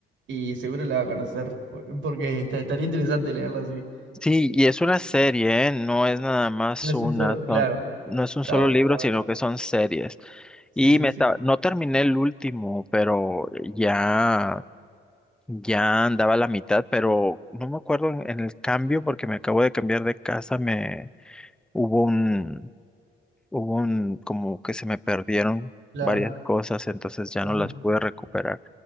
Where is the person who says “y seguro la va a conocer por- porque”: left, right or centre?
Right